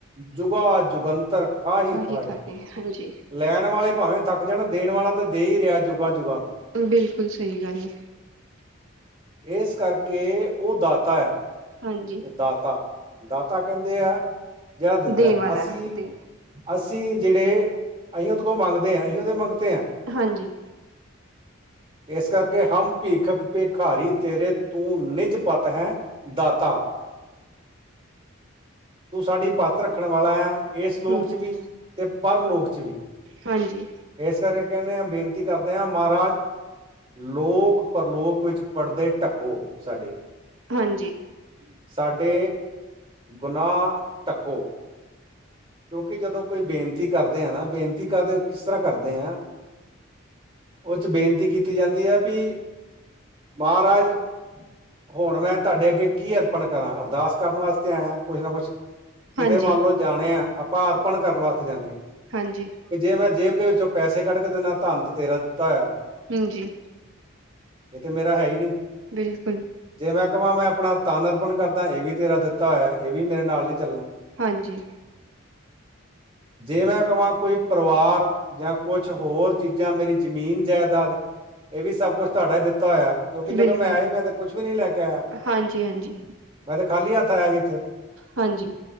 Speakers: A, on the right (about 25°); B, on the right (about 75°).
A: ਜੁਗਾ ਜੁਗੰਤਰ ਖਾਹੀ
B: ਕਾਹੇ
A: ਖਾਹ।
B: ਕਾਹੇ ਹਾਂਜੀ।
A: ਲੈਣ ਵਾਲੇ ਭਾਵੇਂ ਥੱਕ ਜਾਣਾ ਦੇਣ ਵਾਲਾ ਤੇ ਦੇ ਹੀ ਰਿਹਾ ਜੁਗਾਂ ਜੁਗਾਂ ਤੋਂ।
B: ਬਿਲਕੁਲ ਸਹੀ ਗੱਲ ਏ।
A: ਇਸ ਕਰਕੇ ਉਹ ਦਾਤਾ ਆ
B: ਹਾਂਜੀ।
A: ਇਹ ਦਾਤਾ ਦਾਤਾ ਕਹਿੰਦੇ ਆ ਜਿਹੜਾ ਦਿੰਦਾ
B: ਦੇਣ ਵਾਲਾ
A: ਅਸੀਂ
B: ਦੇ
A: ਅਸੀਂ ਜਿਹੜੇ ਅਸੀਂ ਉਹਦੇ ਕੋਲ ਮੰਗਦੇ ਹਾਂ ਅਸੀਂ ਉਹਦੇ ਮੰਗਦੇ ਹਾਂ।
B: ਹਾਂਜੀ।
A: ਇਸ ਕਰਕੇ ਹਮ ਭੀਖਕ ਭੇਖਾਰੀ ਤੇਰੇ ਤੂੰ ਨਿੱਜ ਪਤ ਹੈ ਦਾਤਾ। ਤੂੰ ਸਾਡੀ ਪਤ ਰੱਖਣ ਵਾਲਾ ਆ ਇਸ ਲੋਕ
B: ਹਾਂਜੀ-ਹਾਂਜੀ-ਹਾਂਜੀ-ਹਾਂਜੀ-ਹਾਂਜੀ।
A: 'ਚ ਵੀ ਅਤੇ ਪਰ ਲੋਕ 'ਚ ਵੀ।
B: ਹਾਂਜੀ।
A: ਇਸ ਕਰਕੇ ਕਹਿੰਦੇ ਹਾਂ ਬੇਨਤੀ ਕਰਦੇ ਹਾਂ ਮਹਾਰਾਜ। ਲੋਕ ਪਰਲੋਕ ਵਿੱਚ ਪੜ੍ਹਦੇ ਢੱਕੋ ਸਾਡੇ।
B: ਹਾਂਜੀ।
A: ਸਾਡੇ ਗੁਨਾਹ ਢੱਕੋ ਕਿਉਂਕਿ ਜਦੋਂ। ਕੋਈ ਬੇਨਤੀ ਕਰਦੇ ਆ ਨਾ ਬੇਨਤੀ ਕਰਦੇ ਕਿਸ ਤਰ੍ਹਾਂ ਕਰਦੇ ਆ। ਉਹ 'ਚ ਬੇਨਤੀ ਕੀਤੀ ਜਾਂਦੀ ਹੈ ਵੀ ਮਹਾਰਾਜ। ਹੁਣ ਮੈਂ ਤੁਹਾਡੇ ਅੱਗੇ ਕੀ ਅਰਪਣ ਕਰਾਂ ਅਰਦਾਸ ਕਰਨ ਵਾਸਤੇ ਆਇਆ ਹੈ। ਕੁਛ ਨਾ ਕੁਛ ਕਿਤੇ
B: ਹਾਂਜੀ
A: ਮੰਨ
B: ਹਾਂਜੀ ਹਾਂਜੀ
A: ਲਓ ਜਾਣੇ ਆ ਆਪਾਂ ਅਰਪਣ ਕਰਨ ਵਾਸਤੇ ਜਾਂਦੇ ਹਾਂ।
B: ਹਾਂਜੀ।
A: ਕਿ ਜੇ ਮੈਂ ਜੇਬ ਦੇ ਵਿੱਚੋਂ ਪੈਸੇ ਕੱਢ ਕੇ ਦਿੰਨਾ ਧੰਨ ਤੇ ਤੇਰਾ ਦਿੱਤਾ ਹੋਇਆ ਹੈ।
B: ਹਾਂਜੀ।
A: ਇਹ ਤੇ ਮੇਰਾ ਹੈ ਹੀ ਨੀ।
B: ਬਿਲਕੁਲ।
A: ਜੇ ਮੈਂ ਕਵਾਂ ਮੈਂ ਆਪਣਾ ਤਨ ਅਰਪਣ ਕਰਦਾ ਇਹ ਵੀ ਤੇਰਾ ਦਿੱਤਾ ਹੋਇਆ ਇਹ ਵੀ ਮੇਰੇ ਨਾਲ ਨਹੀਂ ਚੱਲਣਾ।
B: ਹਾਂਜੀ।
A: ਜੇ ਮੈਂ ਕਹਾਂ ਕੋਈ ਪਰਿਵਾਰ। ਜਾਂ ਕੁਛ ਹੋਰ ਚੀਜ਼ਾਂ ਮੇਰੀ ਜ਼ਮੀਨ ਜਾਇਦਾਦ ਇਹ ਵੀ ਸਭ ਕੁਛ ਤੁਹਾਡਾ ਹੀ ਦਿੱਤਾ ਹੋਇਆ ਹੈ। ਕਿਉਂਕਿ ਜਦੋਂ
B: ਬਿਲਕੁਲ
A: ਮੈਂ ਆਇਆ ਮੈਂ ਤੇ ਕੁਛ ਵੀ ਨੀ ਲੈ ਕੇ ਆਇਆ
B: ਹਾਂਜੀ ਹਾਂਜੀ
A: ਮੈਂ ਤੇ ਖਾਲੀ ਹੱਥ ਆਇਆ ਸੀ ਇੱਥੇ।
B: ਹਾਂਜੀ।